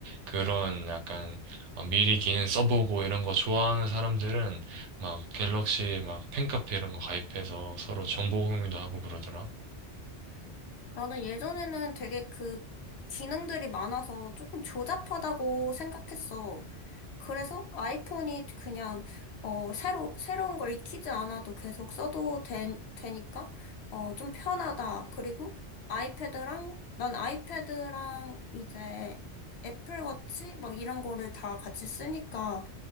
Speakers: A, on the right; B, on the left.
A: 그런 약간 어, 미리 기능 써보고 이런 거 좋아하는 사람들은 막 갤럭시 막 팬카페 이런 거 가입해서 서로 정보 공유도 하고 그러더라.
B: 나는 예전에는 되게 그 기능들이 많아서 조금 조잡하다고 생각했어. 그래서 아이폰이 그냥 어 새로 새로운 걸 익히지 않아도 계속 써도 되, 되니까 어 좀 편하다. 그리고 아이패드랑 난 아이패드랑 이제 애플워치 막 이런 거를 다 같이 쓰니까